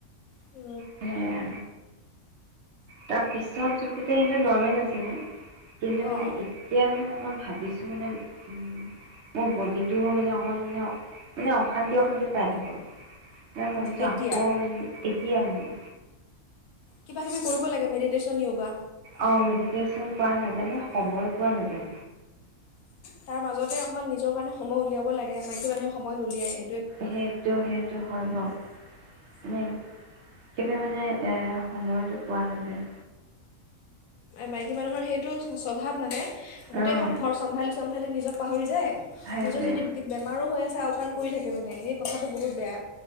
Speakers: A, on the left; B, on the right.
A: উ,
B: সেয়া তাৰ পিছত জোখোতে নৰ্মেল আ ছিলে। কিন্তু মানে,
A: অঁ
B: এতিয়া মানে মই অকণমান ভাবিছো মানে, উম, মোৰ বডিটো মানে অকণমান ন মানে অশান্তি-অশান্তি পাই থাকো। ভাবিছো
A: এতিয়া
B: আকৌ মানে এতিয়া মানে
A: কিবা-কিবি কৰিব লাগে মেডিটেশ্যন, য়গা।
B: অ' মেডিটেশ্যন কৰা নাজানে সময় পোৱা নাযায়।
A: তাৰ মাজতে অকণমান নিজৰ কাৰণে সময় উলিয়াব লাগে মাইকি মানুহে সময় নুলিয়াইয়ে।
B: সেইটো-সেইটো হয় বাৰু। মে এতিয়া মানে এ সময়তো পোৱা নাযায়।
A: মাইকী মানুহৰ সেইটো স্বভাৱ মানে গোটেইখন
B: অঁ
A: ঘৰ চম্ভালি চমভালি নিজক পাহৰি যায়।
B: সেইটোৱে
A: নিজৰ যদি বেমাৰো হৈ আছে আওকাণ থাকে মানে সেই কথাটো বহুত বেয়া।